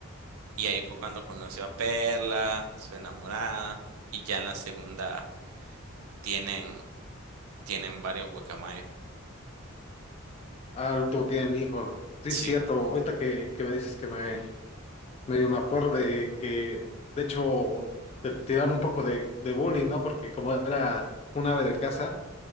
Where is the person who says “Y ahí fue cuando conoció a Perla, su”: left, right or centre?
Right